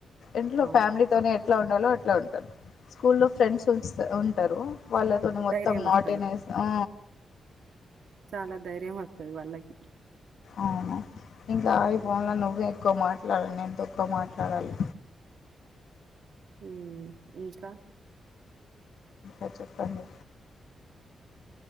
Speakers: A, on the left; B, on the right.
A: ఇంట్లో
B: అవును.
A: ఫ్యామిలీతోనే ఎత్ ఎట్లా ఉండాలో అట్లా ఉంటరు స్కూలో ఫ్రెండ్స్ వస్తే ఉంటరు వాళ్ళతోని మొత్తం
B: ధైర్యమస్తది.
A: నాటినేస్ ఆ
B: అలా ధైర్యవత్తది వాళ్ళకి
A: అవును ఇంకా ఆయిపోన్
B: హ్మ్.
A: ల నువ్వే ఎక్కువ మాట్ ఎవరినైన తక్కువ మాట్లాడాలి
B: హ్మ్ ఇంకా
A: అ చెప్పండి